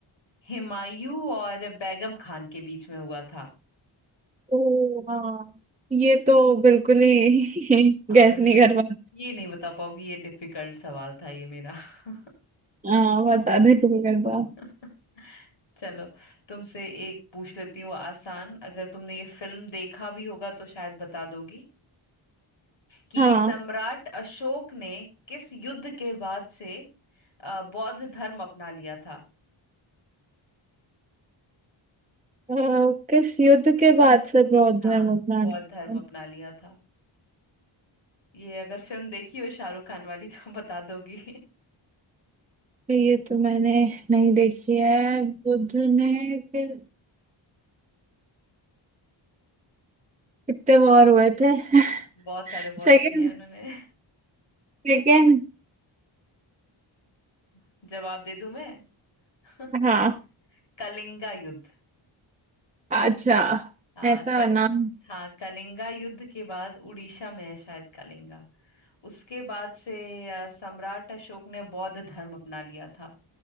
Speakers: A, on the left; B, on the right.
A: हुमायूं और बेगम खान के बीच में हुआ था
B: ओ हाँ ये तो बिल्कुल ही
A: हाँ
B: <laughs> गैस
A: मैंने
B: नहीं
A: ये
B: कर पा
A: ये नहीं बता पाओगी ये डिफिकल्ट सवाल था ये मेरा <laughs>
B: हाँ बता दे तू कर पा
A: <laughs> चलो तुमसे एक पूछ लेती हूँ आसान अगर तुमने ये फिल्म देखा भी होगा तो शायद बता दोगी कि
B: हाँ
A: सम्राट अशोक ने किस युद्ध के बाद से अ, बौद्ध धर्म अपना लिया था
B: अ, किस युद्ध के बाद से बौद्ध
A: हाँ
B: धर्म अपना
A: बौद्ध
B: लिया?
A: धर्म अपना लिया था ये अगर फिल्म देखी हो शाहरुख खान वाली <laughs> तो बता दोगी
B: ये तो मैंने नहीं देखी है बुद्ध ने किस- कितने वॉर हुए थे
A: <laughs>
B: <laughs>
A: बहुत सारे वॉर
B: Second
A: किए हैं उन्होंने
B: second
A: <laughs> जवाब दे दूं मैं <laughs>
B: हाँ
A: कलिंगा युद्ध
B: अच्छा
A: हाँ
B: ऐसा
A: कल
B: नाम
A: हाँ कलिंगा युद्ध के बाद उड़ीसा में है शायद कलिंगा उसके बाद से अ, सम्राट अशोक ने बौद्ध धर्म अपना लिया था